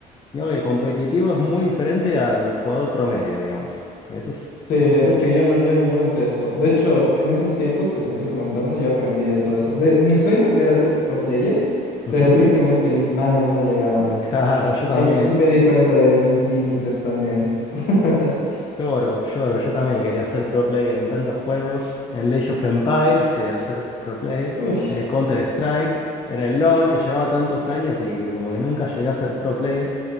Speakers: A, on the left (about 30°); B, on the left (about 65°).
A: digo que competitivo es muy diferente al jugador promedio, digamos. Eso es,
B: Sí, es
A: es un hecho.
B: que yo, lo- yo, yo noté eso. De hecho, en esos tiempos que te estoy comentando, yo aprendí de todo eso. De, mi sueño era ser pro player,
A: <laughs>
B: pero tristemente mis manos no llegaban a eso.
A: Claro, yo también.
B: Ahí, ahí me di cuenta de mis límites también. <laughs>
A: Lloro, lloro. Yo también quería ser pro player en tantos juegos. En Age of Empires quería ser pro player.
B: Uy.
A: En el Counter-Strike. En el LoL que llevaba tantos años y como que nunca llegué a ser pro player.